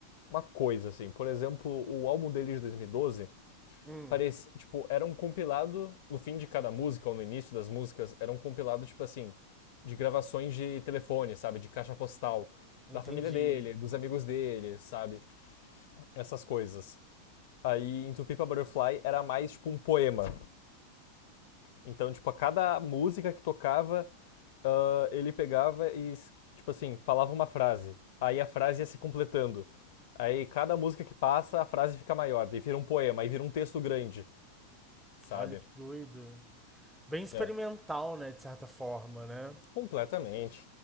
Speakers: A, on the left (about 50°); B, in the centre.
A: uma coisa, assim. Por exemplo, o álbum dele de 2012
B: Hum,
A: parecia, tipo, era um compilado no fim de cada música ou no início das músicas, era um compilado, tipo assim, de gravações de telefone, sabe? De caixa postal.
B: entendi.
A: Da família dele, dos amigos dele, sabe? Essas coisas. Aí, em Tupipa Butterfly era mais tipo um poema. Então, tipo, a cada música que tocava, ah, ele pegava e, tipo assim, falava uma frase. Aí a frase ia se completando. Aí cada música que passa, a frase fica maior. Daí vira um poema, aí vira um texto grande, sabe?
B: Olha que doido. Bem experimental,
A: É.
B: né? De certa forma, né?
A: Completamente.